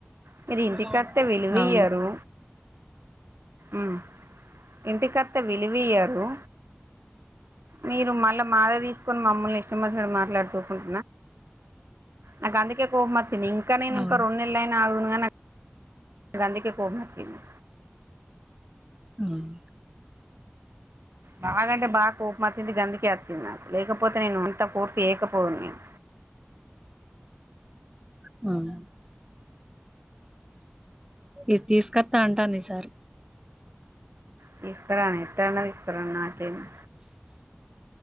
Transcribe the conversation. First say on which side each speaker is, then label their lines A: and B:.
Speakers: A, on the right (about 80°); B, on the right (about 20°).
A: మీరు ఇంటికత్తే
B: అవును
A: విలువయ్యరు
B: అవును
A: మ్మ్ ఇంటికత్తే విలువియ్యరు మీరు మళ్ళా మాదే తీసుకొని మమ్మల్ని నాకు అందుకే కోపం వచ్చి నేన్ ఇంకా నేనింకా
B: అవును
A: రెండు నెళ్ళైనా ఆగుదును అవనా ఇప్పుడు అందుకే కోపం వచ్చింది
B: మ్మ్
A: బాగా అంటే బాగా కోపమచింది గందుకే వచ్చింది నాకు లేకపోతే నేను అంతా ఫోర్స్ చేయకపోదును నేను
B: మ్మ్ ఇది తీసుకత్తా అంటాంది ఈసారి
A: తీస్కరని ఎట్టన్న తీస్కరానీ నాకేంది